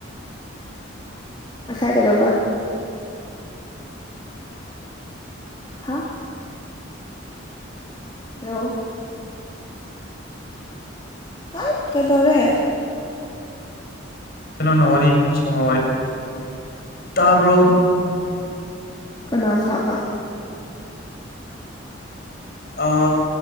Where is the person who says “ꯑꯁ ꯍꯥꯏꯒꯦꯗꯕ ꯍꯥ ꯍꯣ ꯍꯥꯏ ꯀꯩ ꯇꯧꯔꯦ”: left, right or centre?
Left